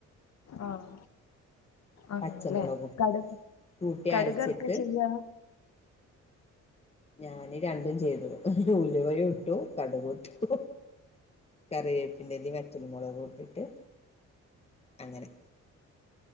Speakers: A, on the left; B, on the left.
A: ആഹ ആല്ലേ
B: പച്ചമുളകും
A: കടക്
B: കൂട്ടി
A: കടുകർക്കെ
B: അരച്ചിട്ട്
A: ചെയ്യാ <inaudible>
B: ഞാന രണ്ടും ചെയ്തത് ഉലുവ ഇട്ടു കടക് ഇട്ടു കറിവേപ്പിന്റെതി മറ്റല മുളക് ഇട്ടിട്ട് അങ്ങനെ